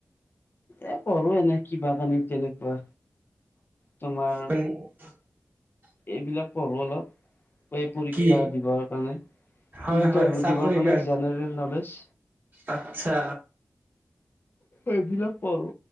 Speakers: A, on the left; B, on the right.
A: এ পঢ়ো এনেই কিবা-কানি তেনেকুৱা। তোমাৰ
B: <unintelligible>
A: এইবিলাক পঢ়োঁ অলপ, পৰীক্ষা
B: কি
A: দিবাৰ কাৰণে।
B: হয়
A: ইণ্টাৰভিউ
B: হয় চাকৰিৰ
A: দিবৰ কাৰণে জেনেৰেল নলেজ।
B: আচ্ছা,
A: এইবিলাক পঢ়ো,